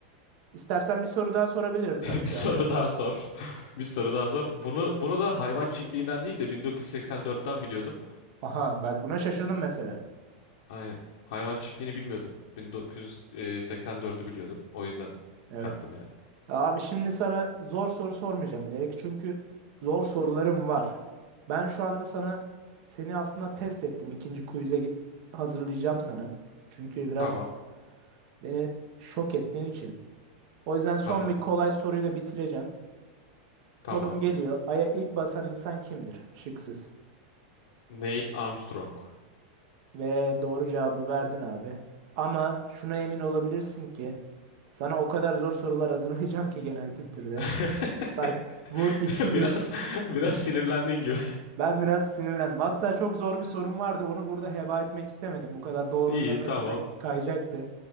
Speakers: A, on the right (about 50°); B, on the left (about 65°).
A: İstersen bir soru daha sorabilirim sana
B: <laughs>
A: şu
B: Bir soru
A: anda.
B: daha sor. <laughs> Bir soru daha sor. Bunu bunu da hayvan çiftliğinden değil de 1984'ten biliyordum.
A: Aha bak buna şaşırdım mesela.
B: Aynen. Hayvan çiftliğini bilmiyordum. 1984'ü biliyordum. O yüzden
A: Evet.
B: kattım yani.
A: Abi şimdi sana zor soru sormayacağım bilerek çünkü zor sorularım var. Ben şu anda sana seni aslında test ettim. İkinci quiz'e gi- hazırlayacağım sana. Çünkü biraz
B: Tamam.
A: beni şok ettiğin için. O yüzden son
B: Tamam.
A: bir kolay soruyla bitireceğim.
B: Tamam.
A: Sorum geliyor. Ay'a ilk basan insan kimdir? Şıksız.
B: Neil Armstrong.
A: Ve doğru cevabı verdin abi. Ama şuna emin olabilirsin ki Sana o kadar zor sorular hazırlayacağım ki genel kültürde.
B: <laughs>
A: Bak bu ikidir.
B: Biraz biraz sinirlendin gibi.
A: Ben biraz sinirlendim. Hatta çok zor bir sorum vardı. Onu burada heba etmek istemedim. Bu kadar
B: <laughs>
A: doğrunun
B: İyi,
A: arasında
B: tamam.
A: kayacaktı.